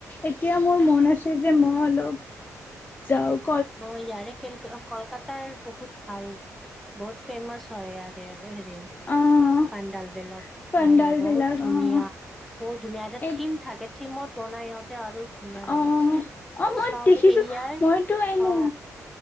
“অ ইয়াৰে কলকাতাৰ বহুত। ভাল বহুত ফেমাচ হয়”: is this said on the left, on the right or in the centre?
Centre